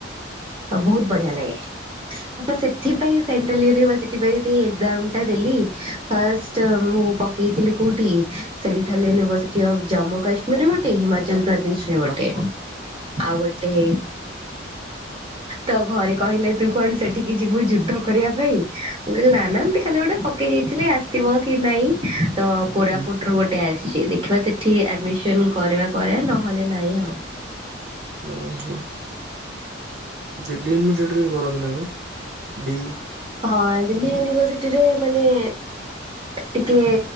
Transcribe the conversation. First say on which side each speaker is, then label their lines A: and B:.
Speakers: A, on the right; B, on the right.
A: ତ ବହୁତ ବଢିଆ ଲାଗେ। ମୁଁ ପା ସେଥିପାଇଁ ସେଣ୍ଟ୍ରାଲ ୟୁନିଭର୍ସିଟି ପାଇଁ ସେଇ ଏକ୍ଜାମ ଟା ଦେଲି। ଫାଷ୍ଟ ମୁଁ ପକେଇଥିଲି କୋଉଠି central university of Jammu Kashmir ମ ଗୋଟେ ହିମାଚଳ ପ୍ରଦେଶରେ
B: ବାପ
A: ଗୋଟେ ଆଉ ଗୋଟେ ତ ଘରେ କହିଲେ ତୁ କଣ ସେଠିକି ଯିବୁ ଯୁଦ୍ଧ କରିବା ପାଇଁ ମୁଁ କହିଲି ନା ନା ଏମିତି ଖାଲି ଗୋଟେ ପକେଇ ଦେଇଥିଲେ ଆସ ସିବ କି ନାଇଁ ତ କୋରାପୁଟରୁୁ
B: ହୁଁ
A: ଗୋଟେ ଆସିଛି ଦେଖିବା ସେଠି ଆଡମିସନ କରିବା କରିବା ନହେଲେ ନାଇଁ ଆଉ।
B: ଓହୋ। ଦିଲ୍ଲୀ ୟୁନିଭର୍ସିଟିରେ ବି କରନ୍ତି ନା କଣ ଡିୟୁ।
A: ହଁ ଦିଲ୍ଲୀ ୟୁନିଭରସିଟିରେ ମାନେ ଟିକେ